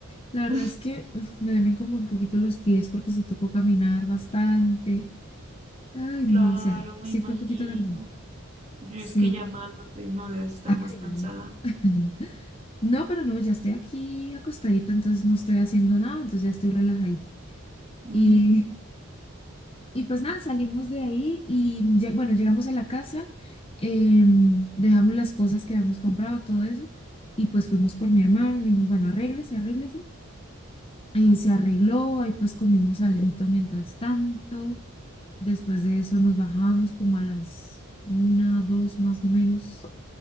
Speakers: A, on the left; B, on the right.
A: La verdad
B: <laughs>
A: es que uf, me duelen como un poquito los pies porque sí tocó caminar bastante. Ay,
B: Claro,
A: no, o sea,
B: me
A: sí
B: imagino.
A: fue un poquito grande.
B: Yo
A: Sí.
B: es que llamándote y no debes estar
A: Ay,
B: más cansada.
A: no. <laughs> No, pero no, ya estoy aquí acostadita, entonces no estoy haciendo nada, entonces ya estoy relajadita.
B: Mm,
A: Y, y pues nada, salimos de ahí y lle- bueno, llegamos a la casa, em, dejamos las cosas que habíamos comprado, todo eso, y pues fuimos por mi hermano, le dijimos, bueno, arréglese, arréglese. Eh, se arregló, ahí pues comimos alento mientras tanto. Después de eso nos bajamos como a las una, dos más o menos.